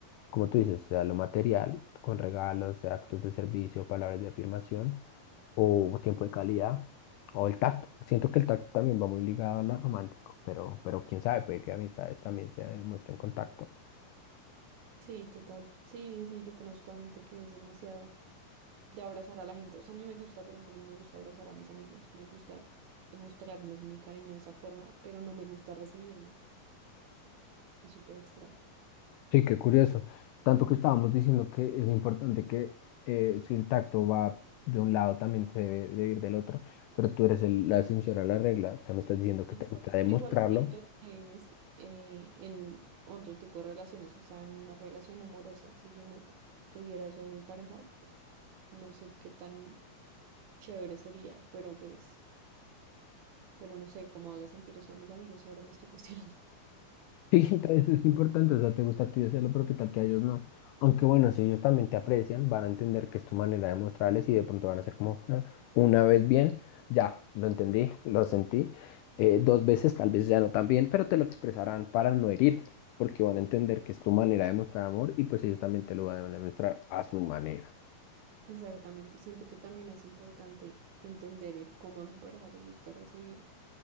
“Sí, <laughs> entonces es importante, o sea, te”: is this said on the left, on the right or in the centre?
Left